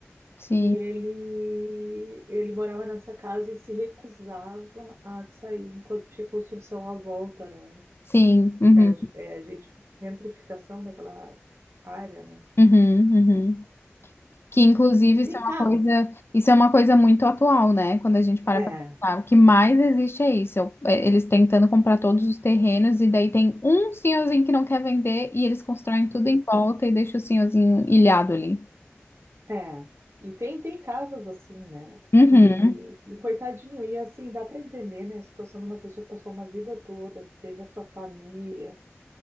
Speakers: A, on the left; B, on the right.
A: Sim,
B: E ele, ele morava nessa casa e se recusava a sair enquanto tinha construção à volta, né?
A: sim. Uhum,
B: Que é, a ge- é a gente, gentrificação daquela área, né?
A: uhum, uhum. Que inclusive
B: E tem
A: isso é uma
B: casa.
A: coisa, isso é uma coisa muito atual, né? Quando a gente para
B: É,
A: pra pensar, o que mais existe é isso. é Eles tentando comprar todos os terrenos e daí tem um senhorzinho que não quer vender e eles constroem tudo em volta e deixam o senhorzinho ilhado ali.
B: é. E tem, tem casas assim, né?
A: Uhum.
B: E, e coitadinho, e assim, dá para entender, né? A situação de uma pessoa que passou uma vida toda, que teve a sua família.